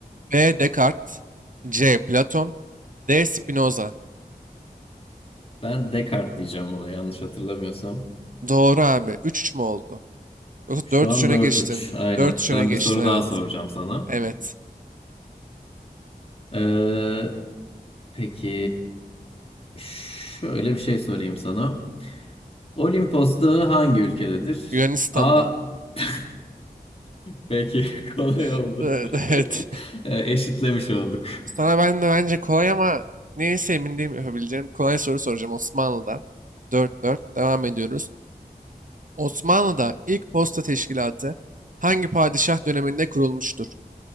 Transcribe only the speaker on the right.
B. Descartes. C. Platon. D. Spinoza.
Doğru abi. Üç üç mü oldu? Yoksa
dört
3 öne
geçtin.
Dört 3 öne
geçtin
evet.
Evet.
Yunanistan'da.
<laughs> Evet.
evet.
Sana ben de bence kolay ama neyse emin değilim yapabileceğim. Kolay soru soracağım Osmanlı'dan. Dört dört devam ediyoruz. Osmanlı'da ilk posta teşkilatı hangi padişah döneminde kurulmuştur?